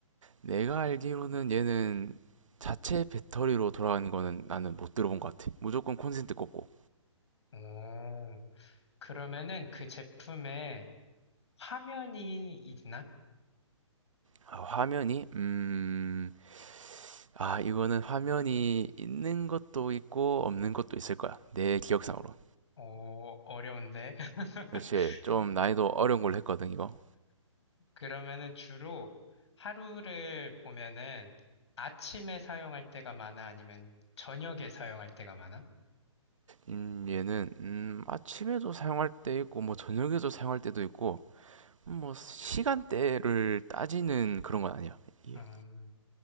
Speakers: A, on the right; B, on the left.
A: 내가 알기로는 얘는 자체 배터리로 돌아가는 거는 나는 못 들어본 것 같아. 무조건 콘센트 꽂고.
B: 오, 그러면은 그 제품에 화면이 있나?
A: 아, 화면이 음, 아, 이거는 화면이 있는 것도 있고 없는 것도 있을 거야. 내 기억상으로.
B: 어, 어려운데. <laughs>
A: 그렇지. 좀 난이도 어려운 걸로 했거든, 이거.
B: 그러면은 주로 하루를 보면은 아침에 사용할 때가 많아? 아니면 저녁에 사용할 때가 많아?
A: 음, 얘는 음, 아침에도 사용할 때 있고 뭐 저녁에도 사용할 때도 있고 뭐 시간대를 따지는 그런 건 아니야. 이게.
B: 음,